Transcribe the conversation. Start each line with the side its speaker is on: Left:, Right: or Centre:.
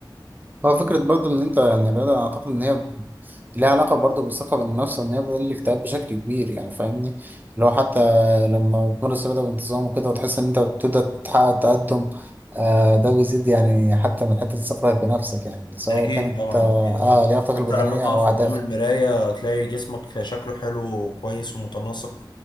Right: هو فكرة برضه إن أنت يعني الرياضة أنا أعتقد إن هي ليه علاقة برضه بالثقة بالنفس إن هي بتقلل الاكتئاب بشكل كبير يعني فاهمني لو حتى لما بتمارس رياضة بانتظام وكده وتحس إن أنت بتبدأ تحقق تقدم آه ده بيزيد يعني حتى من حتة ثقتك بنفسك يعني سواء
Left: أكيد
Right: كانت
Left: طبعا
Right: آه
Left: أكيد
Right: آه، لياقتك
Left: أنت
Right: البدنية
Left: لما تقف
Right: أو
Left: قدام
Right: أهدافك.
Left: المراية تلاقي جسمك شكله حلو وكويس ومتناسق